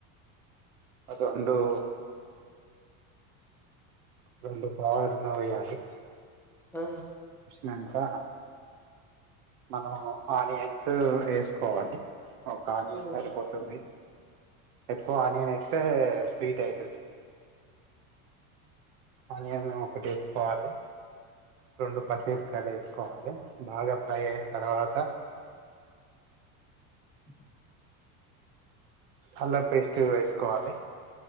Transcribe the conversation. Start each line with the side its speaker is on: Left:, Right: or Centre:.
Right: అదండు రెండు పావుల నూనె పోయాలి.
Centre: ఆ
Right: నంకా మనం ఆనియన్స్ వేసుకోవాలి. కానీ ఏం
Centre: ఉమ్.
Right: సరిపోతుంది? ఎక్కువ ఆనియన్ ఏస్తే స్వీట్ అయితది. అనియన్ ఒక్కటి ఏసుకోవాలి, రెండు పచ్చిమిర్పకాయలు వేసుకోవాలె. బాగా ఫ్రై అయిన తర్వాత
Centre: <inaudible>
Right: అల్లం పేస్ట్ ఎస్కోవాలె,